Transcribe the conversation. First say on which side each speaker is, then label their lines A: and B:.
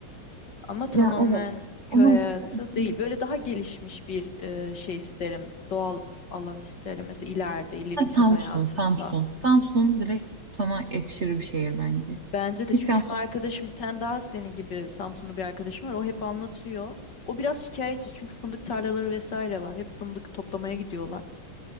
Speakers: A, on the left (about 55°); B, on the right (about 45°).
A: Ama tamamen
B: Ya evet.
A: köy
B: Ama
A: hayatı
B: işte önemli.
A: değil. Böyle daha gelişmiş bir e, şey isterim. Doğal alan isterim mesela ileride, ileriki
B: Ha, Samsun,
A: hayatımda.
B: Samsun. Samsun direkt sana yakışır bir şehir bence.
A: Bence de
B: Hiç
A: çünkü
B: Samsun
A: benim arkadaşım bir tane daha senin gibi Samsunlu bir arkadaşım var. O hep anlatıyor. O biraz şikayetçi çünkü fındık tarlaları vesaire var. Hep fındık toplamaya gidiyorlar.